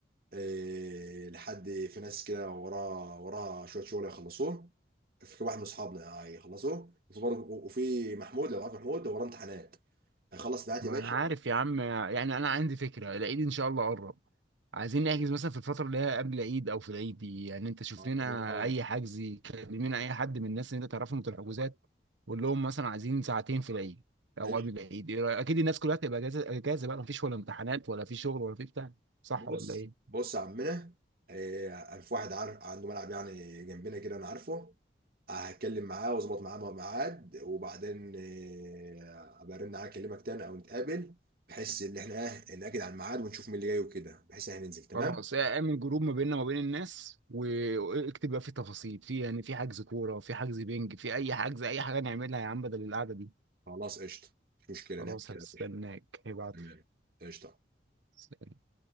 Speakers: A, on the right (about 50°); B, on the right (about 85°).
A: إيه لحد في ناس كده وراها وراها شويه شغل يخلصوه في واحد من اصحابنا هيخلصوه وفي برضه- وفي محمود لو عارف محمود وراه امتحانات هيخلص امتحانات
B: ما
A: يا باشا
B: انا عارف يا عم يعني انا عندي فكره العيد ان شاء الله قرب عايزين نحجز مثلا في الفتره اللي هي قبل العيد او في العيد دي يعني انت شوف
A: خلاص
B: لنا اي حجز كلمنا اي حد من الناس اللي انت تعرفهم في الحجوزات قول لهم مثلا عايزين ساعتين في العيد او
A: ماشي
B: قبل العيد إيه رأيك؟ اكيد الناس كلها هتبقى اجازه اجازه بقى مفيش ولا امتحانات ولا في شغل ولا في بتاع صح
A: بص
B: ولا ايه
A: بص يا عمنا آه، في واحد عارف عنده ملعب يعني جنبنا كده انا عارفه آه، هتكلم معاه واظبط معاه ميعاد وبعدين آه، ابقى ارن عليك اكلمك تاني او نتقابل بحيث ان احنا ايه ناكد على الميعاد ونشوف مين اللي جاي وكده بحيث ان احنا ننزل تمام
B: خلاص اعمل جروب ما بيننا وما بين الناس و- واكتب بقى فيه تفاصيل في يعني في حجز كوره في حجز بينج في اي حجز اي حاجه نعملها يا عم بدل القعده دي
A: خلاص قشطه مش مشكله
B: خلاص
A: نعمل كده
B: هستناك
A: يا باشا
B: هيبعت
A: تمام قشطه
B: سلام.